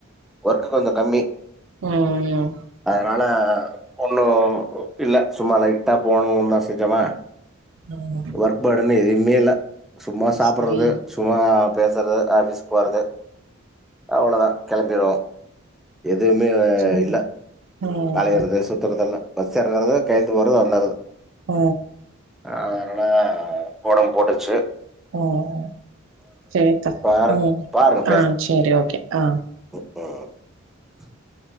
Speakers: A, in the centre; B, on the right.
A: ஒர்க்கு கொஞ்சொ கம்மி
B: உஹ்ம் உம்
A: னால ஒண்ணு இல்ல சும்மா லைட்டா போணு தா செஞ்சொமா
B: ம்
A: ஒர்க் பாடனே இதுயு மேல சும்மா சாப்பிடுறது
B: சேரி
A: சும்மா பேசுறது ஆஃபீஸ் போறது அவ்வளதா கிளம்பிருவோ எதுவுமே
B: சேரி ம்
A: இல்ல
B: ம்
A: அலையறது சுத்திரதல்லா பஸ் ஏற்னாங் கெழுத்து போறது வந்துறது
B: ஹ
A: அதனால உடம்பு போட்டுச்சு
B: ஹம் சேத்தா
A: பாரு
B: உம்
A: பாருங்க
B: ஆஹ் சரி ஓகே ஆஹ்
A: ஆஹ